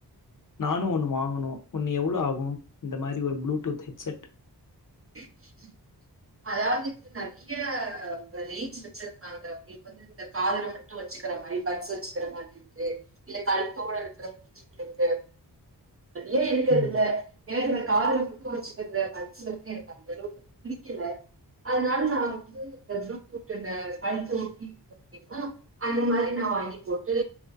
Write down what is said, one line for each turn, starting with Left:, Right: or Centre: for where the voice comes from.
Left: நானு ஒண்ணு வாங்கனு ஒண்ணு எவ்ளோ ஆகும் இந்த மாரி ஒரு ப்ளூடூத் ஹெட்செட்
Right: <unintelligible> அதாவுது இது நெறைய ரேஞ்ச் வச்சுருக்காங்க உங்களுக்கு வந்து இந்த காதுல மட்டு வச்சுக்கிற மாரி பஸ்ட் வச்சுக்கிற மாரி இருக்கு இல்ல கழுத்தோட இருக்கட்டு இருக்கு ஏ இருக்கறது
Left: ம்.
Right: இல கேக்குற கால் எங்க வச்சுக்க வச்சு வந்து எனக் அந்தளவு வந்து பிளி கில அதுனால நா வந்து இந்த புளூடுத் ஒன்னு கழுத்த ஒட்டி இருக்க பாதிங்னா அந்த மாரி நா வாங்கி போட்டு